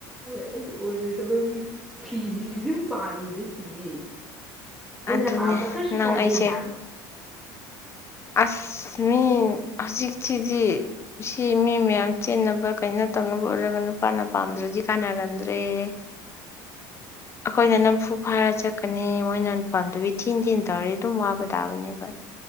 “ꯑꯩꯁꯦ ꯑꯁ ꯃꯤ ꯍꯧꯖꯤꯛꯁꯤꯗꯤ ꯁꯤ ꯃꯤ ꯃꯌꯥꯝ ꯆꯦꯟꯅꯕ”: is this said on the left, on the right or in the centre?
Left